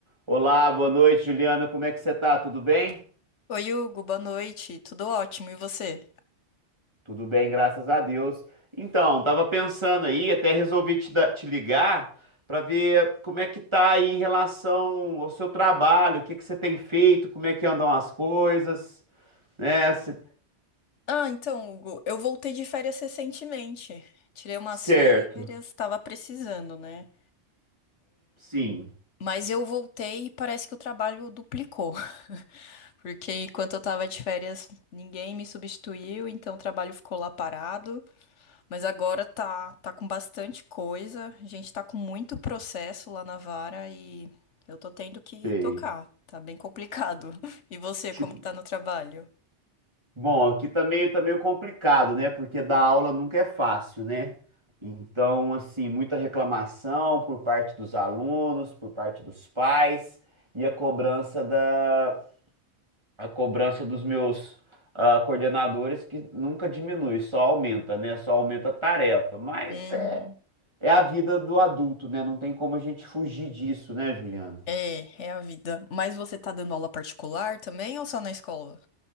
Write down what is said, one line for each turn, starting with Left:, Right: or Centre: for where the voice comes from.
Right: Olá, boa noite, Juliana. Como é que você tá? Tudo bem?
Left: Oi, Hugo, boa noite. Tudo ótimo, e você?
Right: Tudo bem, graças a Deus. Então, tava pensando aí, até resolvi te, dar- te ligar para ver como é que tá aí em relação ao seu trabalho, o que que você tem feito, como é que andam as coisas, né? Se-
Left: Ah, então, Hugo, eu voltei de férias recentemente. Tirei umas
Right: Certo.
Left: férias, tava precisando, né?
Right: Sim,
Left: Mas eu voltei e parece que o trabalho duplicou. <laughs> Porque enquanto eu tava de férias, ninguém me substituiu, então o trabalho ficou lá parado. Mas agora tá, tá com bastante coisa. A gente tá com muito processo lá na vara e eu tô tendo que
Right: sei.
Left: tocar. Tá bem complicado. <laughs> E você,
Right: Tipo,
Left: como que tá no trabalho?
Right: Bom, aqui tá meio, tá meio complicado, né? Porque dar aula nunca é fácil, né? Então, assim, muita reclamação por parte dos alunos, por parte dos pais e a cobrança da, a cobrança dos meus ah, coordenadores que nunca diminui, só aumenta, né? Só aumenta a tarefa. Mas
Left: Uhum.
Right: é, é a vida do adulto, né? Não tem como a gente fugir disso, né, Juliana?
Left: É, é a vida. Mas você tá dando aula particular também ou só na escola?